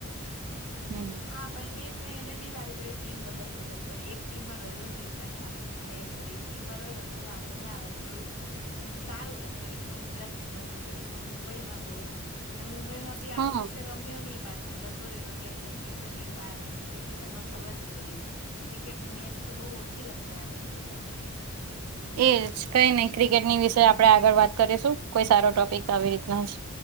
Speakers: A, on the right (about 85°); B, on the left (about 75°).
A: હમ
B: હા પણ એ તેને બી વારે ઘડીએ ટીમ બદલ બદલ કરી એક ટીમ માં રહ્યો નહી એ પાછો હાર્દિક પણ એવું કર્યું એક ટીમમાં રહ્યો તો વાંધો ના આવત થોડુંક એનું સારું રેત ઘડીકમાં ગુજરાતમાં ગયો ઘડીકમાં મુંબઈમાં ગયો અને મુંબઈ <unintelligible> ઈમાં બી
A: હા
B: આ વર્ષે રમ્યો નહી પાછું જતો રહ્યો કેપ્ટનશીપ માંથી બાર વેકેશન માં ફરવા જતો કરવી, ક્રિકેટ ની મેચ તો બોવ ઓછી રમ્યો હાર્દિક પંડ્યા આ વખતે
A: એજ, કઈ નઈ ક્રિકેટની વિશે આપણે આગળ વાત કરીશું કોઈ સારો ટોપિક આવી રીતના જ